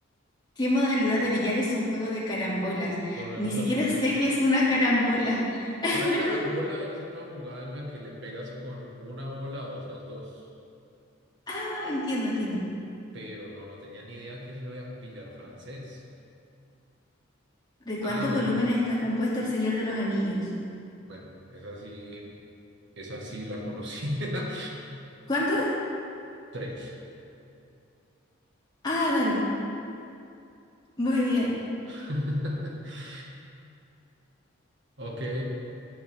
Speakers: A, on the left; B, on the right.
A: ¿Qué modalidad de billar es un juego de carambolas?
B: Volvemos
A: Ni siquiera
B: al billar.
A: sé qué es una carambola. <laughs>
B: Una carambola es una jugada en la que le pegas con una bola a otras dos.
A: Ah, entiendo, entiendo.
B: Pero no, no tenía ni idea que eso era billar francés.
A: ¿De cuántos
B: Ah, bueno,
A: volúmenes está compuesto El Señor de los Anillos?
B: bueno, esa sí, esa sí la conocía.
A: ¿Cuántos?
B: <laughs> Tres.
A: Ah, vale. Muy bien.
B: <laughs> Ok.